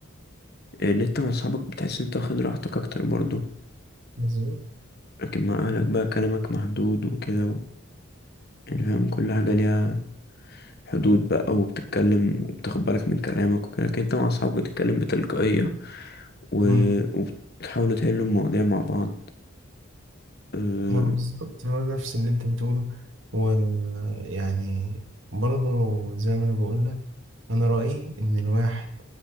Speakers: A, on the left; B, on the right.
A: ان انت مع صحابك بتحس ان انت واخد راحتك اكتر برضه
B: بالظبط.
A: لكن مع اهلك بقى كلامك محدود وكده و... يعني فاهم كل حاجه ليها حدود بقى وبتتكلم وبتاخد بالك من كلامك وكده كده انت مع أصحابك بتتكلم بتلقائية و...
B: مم.
A: وبتحاولوا تحلوا المواضيع مع بعض أه...
B: ما بالظبط هو نفس اللي انت بتقوله ويعني برضه زي ما انا بقول لك انا رأيي ان الواحد